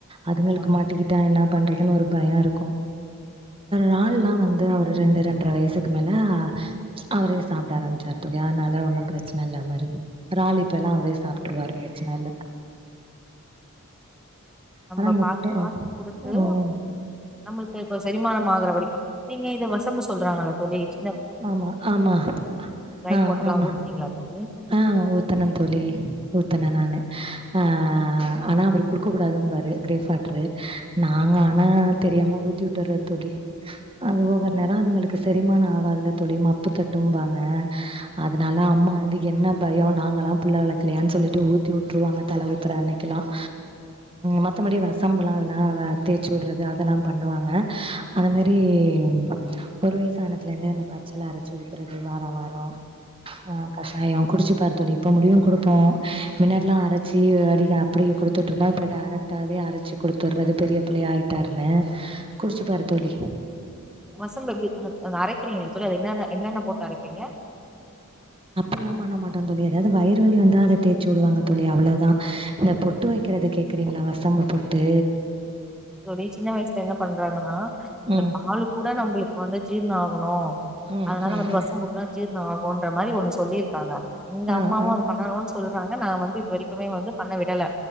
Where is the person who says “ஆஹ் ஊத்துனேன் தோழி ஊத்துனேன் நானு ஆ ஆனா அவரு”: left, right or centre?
Right